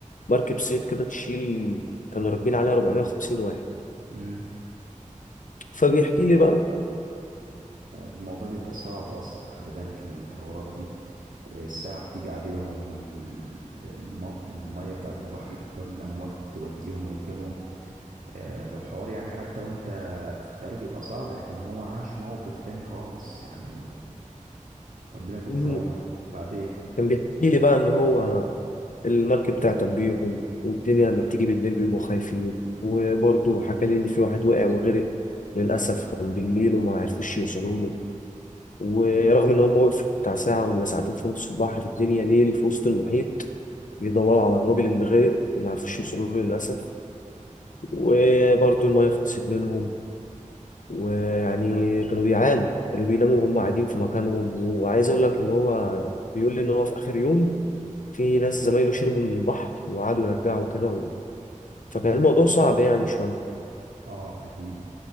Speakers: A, on the left; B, on the right.
A: مركب صيد كده تشيل كانوا راكبين عليها 450 واحد
B: مم.
A: فبيحكي لي بقى
B: لا الموضوع بيبقى صعب اصلا خلي بالك الحوارات دي والساعة بتيجي عليهم والمية بتاعت البحر تفضل الأمواج توديهم وتجيبهم آه، لو حوار يعني حتى وانت بتتخيله بيبقى صعب لكن هو عايش موقف تاني خالص يعني ربنا يكون
A: مم.
B: في عونه وبعدين
A: كان بيحكي لي بقى ان هو المركب تعطل بيهم والدنيا لما بتيجي بالليل بيبقوا خايفين وبرضه حكى لي ان في واحد وقع وغرق للاسف كان بالليل وما عرفوش يوصلوا له ورغم ان هم وقفوا بتاع ساعه ولا ساعتين في نص البحر في الدنيا ليل في وسط المحيط يدوروا على الراجل اللي غرق وما عرفوش يوصلوا له للاسف وبرضه الميه خلصت منهم ويعني كانوا بيعانوا كانوا بيناموا وهم قاعدين في مكانهم وعايز اقول لك ان هو بيقول لي ان هو في اخر يوم في ناس زمايله شربوا من البحر وقعدوا يرجعوا كده و... فكان الموضوع صعب يعني شويه
B: اه اكيد